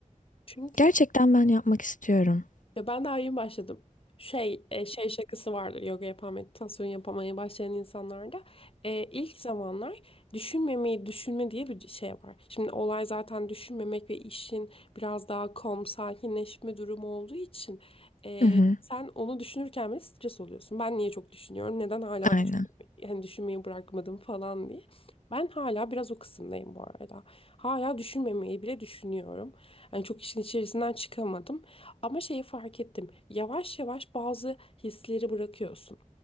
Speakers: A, on the left (about 45°); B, on the left (about 75°).
A: Çünkü
B: Gerçekten ben yapmak istiyorum.
A: Ya ben daha yeni başladım. Şey, e, şey şakası vardır yoga yapan, meditasyon yapamaya başlayan insanlarda. E, ilk zamanlar düşünmemeyi düşünme diye bir şey var. Şimdi olay zaten düşünmemek ve işin biraz daha calm, sakinleşme durumu olduğu için e,
B: Hı hı.
A: sen onu düşünürken bile stres oluyorsun. Ben niye çok düşünüyorum, neden hala
B: Aynen.
A: düşünmeyi, yani düşünmeyi bırakmadım falan diye. Ben hala biraz o kısımdayım bu arada. Hala düşünmemeyi bile düşünüyorum. Yani çok işin içerisinden çıkamadım. Ama şeyi fark ettim. Yavaş yavaş bazı hisleri bırakıyorsun.